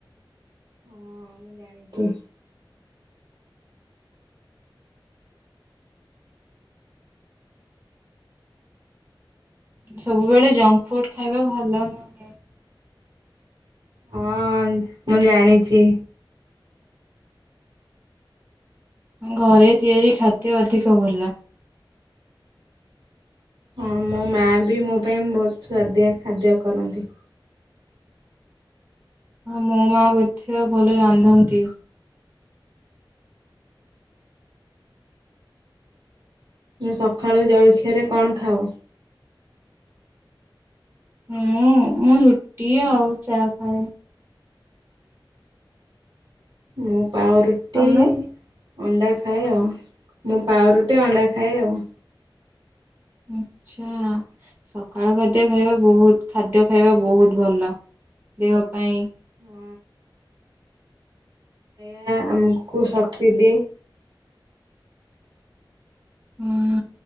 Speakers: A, on the right; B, on the right.
A: ହଁ ମୁଁ ଜାଣିଛି।
B: ସବୁବେଳେ ଜଙ୍କ ଫୁଡ ଖାଇବା ଭଲ ନୁହଁ।
A: ହଁ ମୁଁ ଜାଣିଛି।
B: ଘରେ ତିଆରି ଖାଦ୍ୟ ଅଧିକ ଭଲ।
A: ହଁ ମୋ ମାଆ ବି ମୋ ପାଇଁ ବହୁତ ସୁଆଦିଆ ଖାଦ୍ୟ କରନ୍ତି।
B: ହଁ ମୋ ମାଆ ବଧ୍ୟ ଭଲ ରାନ୍ଧନ୍ତି।
A: ମୁଁ ସକାଳ ଜଳଖିଆରେ କଣ ଖାଅ?
B: ମୁଁ ମୁଁ ରୁଟି ଆଉ ଚାହା ଖାଏ।
A: ମୁଁ ପାଉଁରୁଟି।
B: ତମେ?
A: ଅଣ୍ଡା ଖାଏ ଆଉ ମୁଁ ପାଉଁରୁଟି ଅଣ୍ଡା ଖାଏ ଆଉ।
B: ଆଚ୍ଛା ସକାଳ ଖାଦ୍ୟ ଖାଇବା ବହୁତ ଖାଦ୍ୟ ଖାଇବା ବହୁତ ଭଲ। ଦେହ ପାଇଁ
A: ହୁଁ। ଏହା ଆମକୁ ଶକ୍ତି ଦିଏ।
B: ହୁଁ